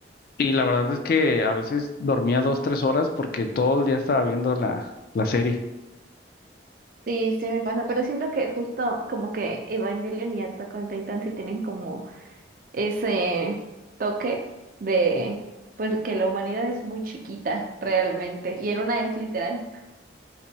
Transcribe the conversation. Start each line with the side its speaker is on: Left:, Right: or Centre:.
Left: y la verdad es que a veces dormía dos, tres horas porque todo el día estaba viendo la, la serie.
Right: Sí, sí me pasa, pero siento que justo como que Evangelion y Attack on Titan sí tienen como ese toque de pues que la humanidad es muy chiquita realmente y en una es literal.